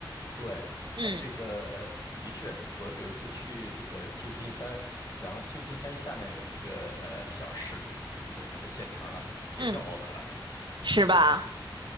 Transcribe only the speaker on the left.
对，
哎，这个呃，的确，我有一次去这个旧金山，然后旧金山下面有一个呃小市，就是它的县城了，也叫奥克兰。